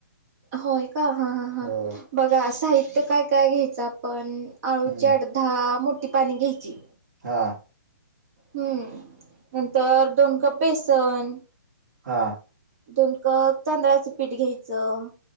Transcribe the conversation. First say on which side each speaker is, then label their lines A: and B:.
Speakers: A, on the right; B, on the right.
A: होय का? हा हा हा,
B: हो
A: बघा साहित्य काय काय घ्यायचं आपण आळूची
B: हम्म
A: आठ दहा मोठी पान घ्यायची.
B: हा.
A: हम्म नंतर दोन कप बेसन
B: हा.
A: दोन कप तांदळाचं पीठ घ्यायचं.